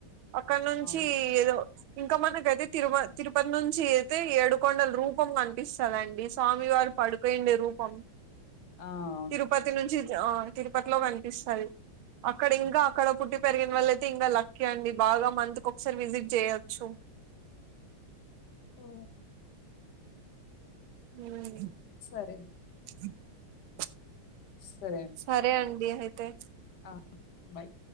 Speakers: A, on the right; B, on the left.
A: అక్కడ నుంచి
B: అవును.
A: ఏదో ఇంకా మనకైతే తిరుమ తిరుపతి నుంచి అయితే ఏడుకొండల రూపం కనిపిస్ కదండి స్వామి వారు పడుకోయుండె రూపం
B: ఆ! అవును.
A: తిరుపతి నుంచి ఆ తిరుపతిలో గనిపిస్తది అక్కడ ఇంకా
B: ఓకే.
A: అక్కడ పుట్టి పెరిగిన వాళ్ళ అయితే ఇంకా లక్కీ అండి బాగా మంత్ కి ఒకసారి విజిట్ చేయొచ్చు <inaudible>
B: ఓ
A: ఊమ్
B: సరే
A: <inaudible>
B: సరే అండి.
A: సరే అండి అయితే
B: ఆ బయ్